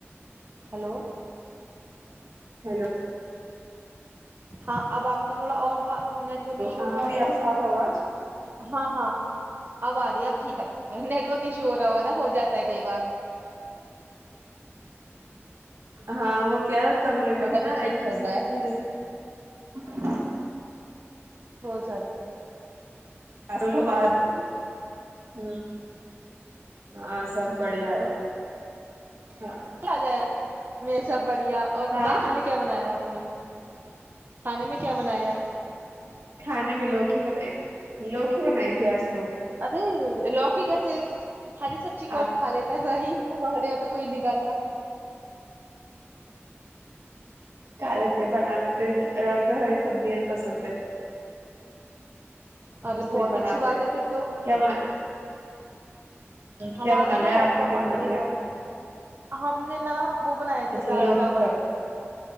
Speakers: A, on the right; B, on the right.
A: ہلو
B: ہیلو
A: ہاں اب آپ کے تھوڑا اور با نیٹک ایشور
B: ہاں
A: اور
B: صاف آواز
A: ہاں ہاں اب آ رہی ہے اب ٹھیک ہے نیٹ ورک ایشو ہو رہا ہوگا نا ہو جاتا کئی بات
B: ہاں م کیا کمرے میں
A: بٹ
B: تھی
A: ابھی
B: نا
A: ٹھیک
B: ایک دم
A: چل
B: سے
A: رہا ہے
B: جیسے <unintelligible>
A: ہو سات
B: ہ بات
A: آپ
B: ہ ہاں سب بڑھیا ہے ہاں
A: آ جائے میں سب ب اور
B: ہاں
A: بتائیں کھانے کیا بنایا آپ نے کھانے میں کیا بنایا
B: کھانے میں لوکھی بنائی لوکھی بنائی تھی آج تو
A: ارے لوکی کیسے ایک ہری سبزی کون
B: آپ
A: کھا لیتا ہے بھائی وہارے یہاں پہ کوئی نہیں گاتا
B: کھا لیتے بنا لیتے تو ہری سبزیاں ہی پسند ہے
A: ارے
B: اس لیے
A: بہت
B: بناتے
A: اچھی بات ہے پھر تو
B: کیا بنا
A: ہمارے
B: کیا بنا
A: نا
B: لیا
A: بہت
B: آپ نے
A: کم
B: کیا بنا
A: آتی ہے
B: لیا
A: لوکی ہم نے نا وہ بنائے تھے
B: اچھا
A: دال
B: لوک
A: چاول
B: کپ